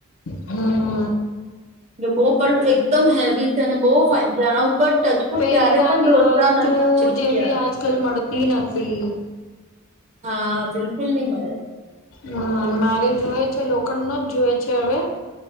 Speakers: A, on the left; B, on the right.
A: હમ્મ.
B: જો બો પરબ એક એકદમ હેવી છે, અને બો ફાઇન છે, આના ઉપર ટચફૂટ
A: પેલાની
B: ક્યારે પણ ઢોસા
A: વસ્તુ
B: નથી ચીપક્યા
A: જેવી આજકાલ મળતી નથી.
B: હા બિલકુલ નહી મળે.
A: હમ્મ મારે જુએ છે લોખંડ નો જ જુવે છે હવે.